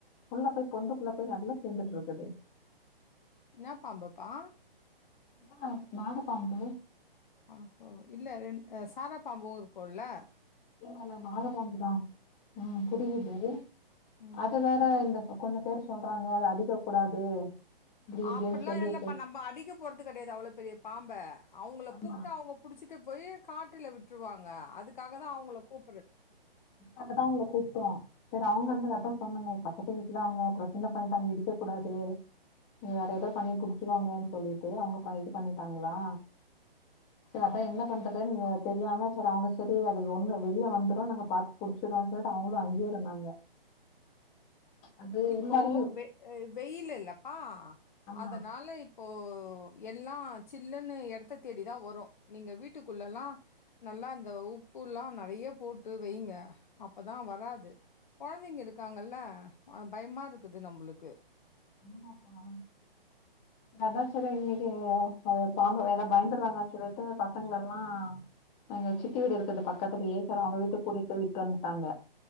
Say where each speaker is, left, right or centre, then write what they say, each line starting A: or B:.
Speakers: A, on the left (about 20°); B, on the left (about 50°).
A: உள்ள போய் பொந்துகுள்ள போய் நல்லா சேந்துட்டு இருக்குது
B: என்ன பாம்புப்பா
A: அதா நாக பாம்பு
B: ஆஹோ இல்ல ரெண் ஆ சாத பாம்பு இருக்குல்ல
A: இல்லல்ல நாகபாம்புதா ம் புரியுது
B: ம்.
A: அது வேற இந்த ப கொஞ்ச பேரு சொல்றாங்க அத அடிக்க கூடாது இப்டி இப்டின்னு
B: அப்படில்லா
A: சொல்லிட்டு
B: இல்லப்பா நம்ம அடிக்க போறது கடையாது அவ்வளோ பெரிய பாம்ப அவுங்கள
A: ஆமா
B: கூப்ட்டு அவுங்க புடிச்சிட்டு போய் காட்டுல விட்ருவாங்க அதுக்காக தா அவுங்கள கூப்பறது
A: அததா அவுங்கள கூப்ட்டோ செரி அவுங்க அந்த ரத்த சொன்னனே பக்கத்து வீட்டுல அவுங்க ப்ரச்சன்ன பண்ணிட்டு அங்க இடிக்க கூடாது நீ வேற ஏதோ பண்ணி புடிச்சீடுவாங்கனு சொல்லிட்டு அவுங்க <unintelligible> இது பண்ணிட்டாங்களா செரி அதா என்ன பண்றதுன் நீங்க தெரியாம செர் அவுங்க செரி அது ஒண்ணு வெளில வந்துரு நாங்க பாத்து புடிச்சிடோனு சொல்லிட்டு அவுங்களு அங்கேய இருந்தாங்க அது
B: இப்போ
A: உள்ளாரையு
B: வெ வெய்யிலு இல்லப்பா
A: ஆமா
B: அதனால இப் இப்போ எல்லா சில்லுன்னு எடத்த தேடிதா வரு நீங்க வீட்டுக்குள்ளல்லா நல்லா இந்த உப்புல்லா நறைய போட்டு வைங்க அப்பதா வராது கொழந்தைங்க இருக்காங்கல்ல அதா பயமா இருக்குது நம்புளுக்கு
A: ஆமாப்பா அதா செரி இன்னைக்கு பய பாம்பு வேற பயந்துடுறாங்கா சொல்லிட்டு பசங்கள எல்லா அவிங்க சித்தி வீடு இருக்கது பக்கத்துலியே செரு அவுங்க வீட்டுக் கூட்டிட்டு போய் விட்டு வந்துட்டாங்க